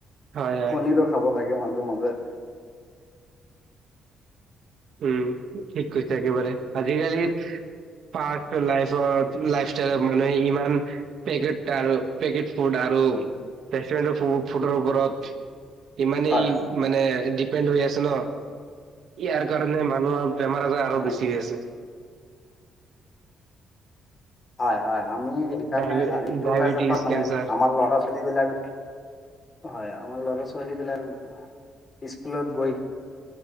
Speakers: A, on the right; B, on the left.
A: হয় হয়
B: পনীৰো খাব লাগে মাজে মাজে।
A: উম ঠিক কৰিছা একেবাৰে আজিকালিৰ প লাইফৰ লাইফ ষ্টাইলৰ মানুহে ইমান পেকেট আৰু পেকেট ফুড আৰু ৰেষ্টুৰেণ্টৰ ফু-ফুডৰ ওপৰত ইমানেই
B: হয় হয়
A: মানে ডিপেণ্ড হৈ আছে ন' ইয়াৰ কাৰণে মানুহৰ বেমাৰ আজাৰ আৰু
B: হয়
A: বেছি আছে।
B: হয় হয় আমি সেইকাৰণে
A: ডায়বে
B: এইটো
A: ডায়বেটিছ,
B: কথা মানে
A: কেঞ্চাৰ
B: আমাৰ ল'ৰা ছোৱালী বিলাক হয় আমাৰ লৰা ছোৱালী বিলাক স্কুলত গৈ